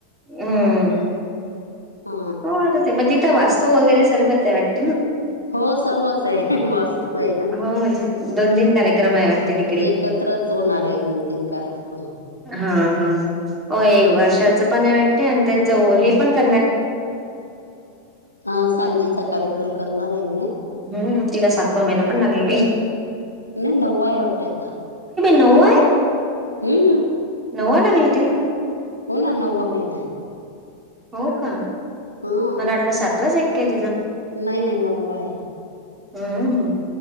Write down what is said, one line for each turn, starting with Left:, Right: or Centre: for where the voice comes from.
Right: हम्म
Left: हा
Right: हो वाटते मग तिथं वास्तू वगैरे सर्वच आहे वाटतं.
Left: हो सर्वच आहे वास्तू आहे ना
Right: हो म्हणजे दोन तीन कार्यक्रम
Left: एकच
Right: आहे वाटते तिकडे
Left: एकत्रच होणार आहे दोन तीन कार्यक्रम
Right: हा हा हो वर्षाच पण आहे वाटते आणि त्यांच हे पण क
Left: हा सांजेचा कार्यक्रम करणार आहे म्हणे
Right: हम्म तिला सातवा महिना पण लागला बाई
Left: नाही नववा आहे वाटते आता
Right: नऊ आहे?
Left: हम्म.
Right: नऊवा लागला तिला?
Left: हो ना नववा महिना आहे.
Right: हो का
Left: हा
Right: मला वाटलं सातवाच ऐक तिला
Left: नाही नाही नववा आहे.
Right: हम्म हम्म.